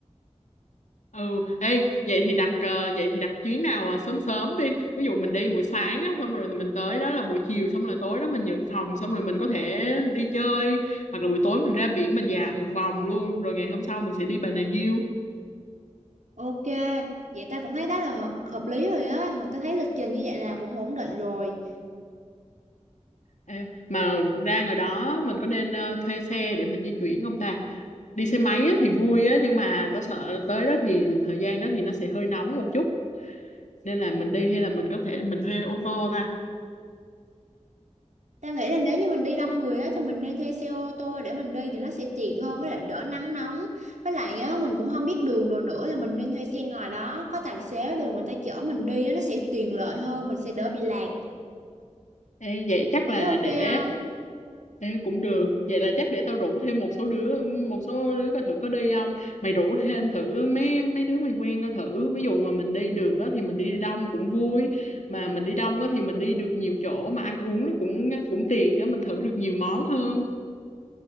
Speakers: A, on the left; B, on the right.
A: ừ ê vậy thì đặt ờ, vậy thì đặt chuyến nào ờ, sớm sớm đi ví dụ mình đi buổi sáng á xong rồi mình tới đó là buổi chiều xong là tối đó mình nhận phòng xong rồi mình có thể đi chơi hoặc là buổi tối mình ra biển mình dạo một vòng luôn rồi ngày hôm sau mình sẽ đi Bà Nà Hills
B: ok. Vậy ta cũng thấy đó là hợp, hợp lý rồi á, mà ta thấy lịch trình như vậy là cũng ổn định rồi.
A: Ê, mà ra ngoài đó mình có nên ờ, thuê xe để mình di chuyển không ta đi xe máy á, thì vui á nhưng mà tao sợ tới đó thì thời gian đó thì nó sẽ hơi nóng một chút nên là mình đi hay là mình có thể mình thuê ô tô ta
B: Tao nghĩ là nếu như mình đi đông người á thì mình nên thuê xe ô tô để mình đi thì nó sẽ tiện hơn với lại đỡ nắng nóng. Với lại á mình cũng không biết đường đồ nữa thì mình nên thuê xe ngoài đó, có tài xế đường người ta chở mình đi á nó sẽ tiện lợi hơn, mình sẽ đỡ bị lạc.
A: Ê, vậy chắc
B: Mày
A: là
B: thấy ok
A: để
B: không?
A: Ê, cũng được vậy là chắc để tao rủ thêm một số đứa một số đứa coi thử có đi không mày rủ thêm thử mấy mấy đứa mày quen coi thử ví dụ mà mình đi được á thì mình đi đông cũng vui mà mình đi đông á thì mình đi được nhiều chỗ mà ăn uống nó cũng cũng tiền á mình thử được nhiều món hơn